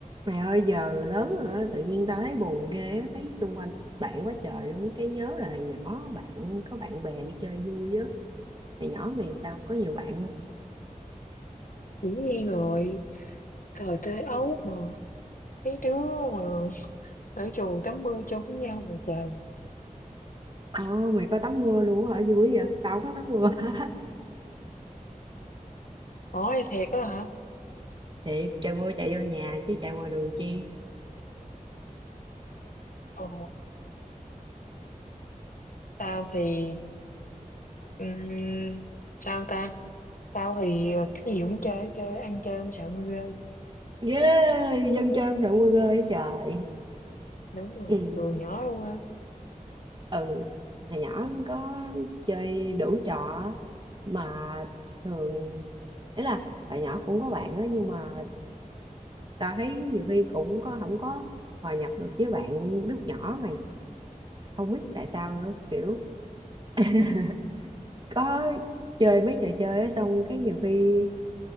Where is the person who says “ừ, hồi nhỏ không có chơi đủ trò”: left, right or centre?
Right